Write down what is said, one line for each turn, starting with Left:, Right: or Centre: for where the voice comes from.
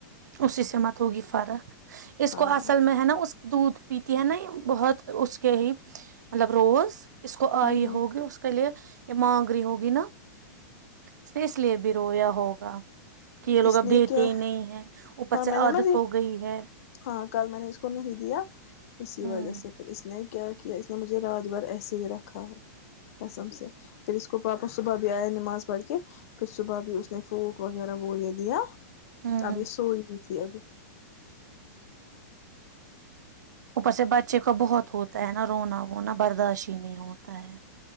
Right: اسی سے مت ہوگی فرق <unintelligible> اس
Left: ہاں
Right: کو اصل میں ہے نا اس <unintelligible> دودھ پیتی ہے نا بہت اس کے ہی مطلب روز <unintelligible> اس کو آئی
Left: ہ ہ
Right: ہوگی اس کے لیے <unintelligible> یہ مانگری ہوگی نا <unintelligible> اس نے اس لیے بھی رویا ہوگا <unintelligible> کہ یہ لوگ
Left: اس
Right: اب
Left: نے
Right: دیتے
Left: کیا
Right: ہی نہیں ہے <unintelligible>
Left: ہاں میں
Right: عادت
Left: نے ب
Right: ہو گئی ہے
Left: ہاں کل میں نے اس کو نہیں دیا اسی
Right: ہوں
Left: وجہ سے پھر اس نے کیا کیا <unintelligible> اس نے مجھے رات بھر ایسے ہی رکھا ہے قسم سے پھر اس کو پاپا صبح بھی آیا نماز پڑھ کے پھر صبح بھی اس نے پھونک وغیرہ وہ یہ دیا <unintelligible>
Right: ہاں
Left: اب یہ
Right: <inaudible>
Left: سوئی تھی ابھی <inaudible>
Right: اوپر سے بچے کو بہت ہوتا ہے نا رونا <unintelligible> وہ نہ برداشت نہیں ہو <unintelligible> ہے